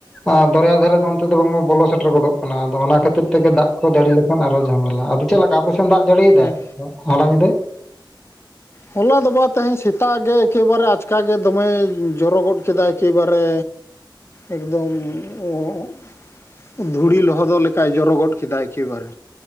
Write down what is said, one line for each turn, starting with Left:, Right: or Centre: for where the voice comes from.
Centre: ᱟᱸ ᱫᱚᱨᱭᱟ ᱫᱷᱟᱨᱮ ᱫᱚ ᱚᱱᱛᱮ ᱫᱚ ᱵᱟᱝᱢᱟ ᱵᱚᱞᱚ ᱥᱮᱴᱮᱨ ᱜᱚᱫᱚᱜ ᱠᱟᱱᱟ, ᱟᱫᱚ ᱚᱱᱟ ᱠᱷᱟᱹᱛᱤᱨ ᱛᱮᱜᱮ ᱫᱟᱜ ᱠᱚ ᱡᱟᱹᱲᱤ ᱞᱮᱠᱷᱟᱱ ᱟᱨᱚ ᱡᱷᱟᱢᱮᱞᱟ ᱟᱫᱚ ᱪᱮᱫ ᱞᱮᱠᱟ ᱟᱯᱮ ᱥᱮᱱ ᱫᱟᱜ ᱡᱟᱹᱲᱤᱭ
Left: ᱦᱮᱸ
Centre: ᱫᱟᱭ ᱦᱚᱞᱟ ᱧᱤᱫᱟᱹ?
Left: ᱦᱚᱞᱟ ᱫᱚ ᱵᱟᱝ ᱛᱮᱦᱮᱧ ᱥᱮᱛᱟᱜ ᱜᱮ ᱮᱠᱮᱵᱟᱨᱮ ᱟᱪᱠᱟ ᱜᱮ ᱫᱚᱢᱮ ᱡᱚᱨᱚ ᱜᱚᱫ ᱠᱮᱫᱟ ᱮᱠᱮᱵᱟᱨᱮ᱾ ᱮᱠᱫᱚᱢ ᱚᱸ ᱫᱷᱩᱲᱤ ᱞᱚᱦᱚᱫᱚᱜ ᱞᱮᱠᱟᱭ ᱡᱚᱨᱚ ᱜᱚᱫ ᱠᱮᱫᱟᱭ ᱮᱠᱮᱵᱟᱨᱮ᱾